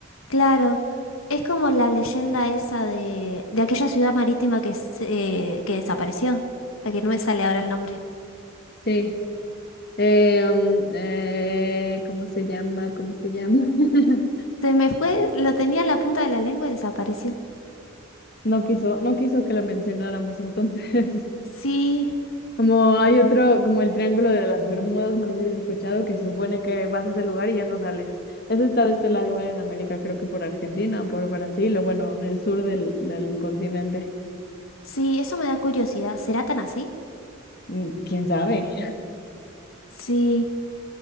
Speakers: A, on the left (about 80°); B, on the left (about 50°).
A: Claro, es como la leyenda esa de, de aquella ciudad marítima que, se- eh, que desapareció, a que no me sale ahora el nombre.
B: Sí. Eh, um, eh, ¿cómo se llama? ¿Cómo se llama? <laughs>
A: Se me fue, lo tenía en la punta de la lengua y desapareció.
B: No quiso, no quiso que lo mencionáramos entonces.
A: Sí,
B: <laughs> Como hay otro, como el Triángulo de las Bermudas, no sé si has escuchado, que se supone que vas a ese lugar y ya no sales. Ese está de este lado igual en América, creo que por Argentina o por Brasil, o bueno, en el sur del, del continente.
A: sí, eso me da curiosidad. ¿Será tan así?
B: Mm, ¿Quién sabe?
A: Sí.